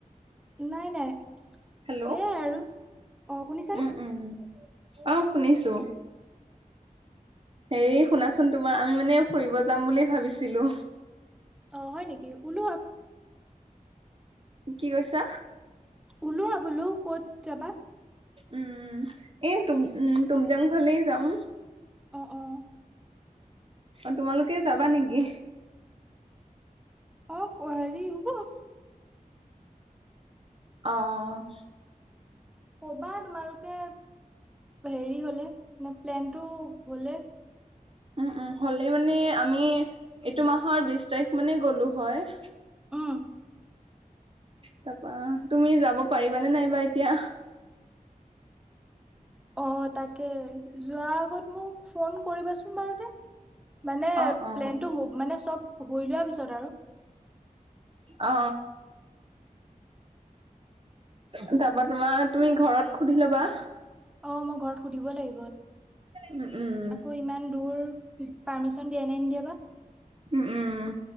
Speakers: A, in the centre; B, on the right.
A: নাই নাই।
B: হেল্ল'
A: সেয়াই আৰু। অ', শুনিছানে?
B: উম উম আহ শুনিছো। হেৰি শুনাচোন তোমাৰ আমি মানে ফুৰিব যাম বুলি ভাবিছিলো।
A: অ' হয় নেকি ওলো আ
B: কি কৈছা?
A: ওলোৱা বোলো ক'ত যাবা।
B: উম এই তুম উ তুমজাং ফালে যাম।
A: অ', অ'।
B: অ' তোমালোকে যাবা নেকি।
A: অ' ক হেৰি হব।
B: অ'।
A: কবা তোমালোকে। হেৰি হলে মানে প্লেনটো হলে।
B: উম উম হ'লে মানে আমি এইটো মাহৰ বিশ তাৰিখ মানে গ'লো হয়
A: উম,
B: তাৰপা তুমি যাব পাৰিবানে নাইবা এতিয়া
A: অ তাকে যোৱা আগত মোক ফোন কৰিবাচোন বাৰু দে মানে
B: অ
A: প্লেনতটো
B: অ
A: মানে চব হৈ লোৱাৰ পিছত আৰু
B: অ তাৰাপা তোমাৰ তুমি ঘৰত সুধি লবা
A: অ মই ঘৰত সুধিব লাগিব
B: উম উম
A: আকৌ ইমান দূৰ পাৰ্মিশন দিয়া নাই নিদিয়াবা
B: উম উম